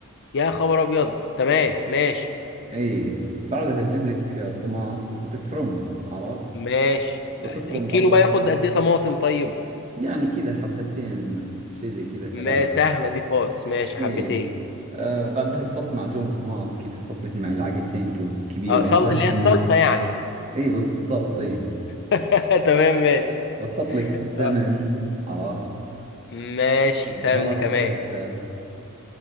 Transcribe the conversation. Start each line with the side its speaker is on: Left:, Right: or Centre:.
Left: يا خبر ابيض تمام ماشي
Right: اي بعدها تجيب لك طماط وتفرمه عرفت
Left: ماشي
Right: وتفرم
Left: الكيلو
Right: بصل
Left: بقى ياخد قد ايه طماطم طيب
Right: يعني كذا حبتين شيء زي كذا ثلاث
Left: ما سهله دي خالص ماشي حبتين
Right: اي آه بعدها تحط معجون طماط كذا تحط لك معلقتين كب- كبيرة
Left: اه صل...
Right: هذه
Left: اللي هي
Right: لأنها
Left: الصلصه يعني
Right: اي بالضبط اي
Left: <laughs> تمام ماشي
Right: وتحط لك سمن
Left: اه
Right: عرفت
Left: ماشي
Right: بهارات
Left: سمن كمان
Right: الكبسة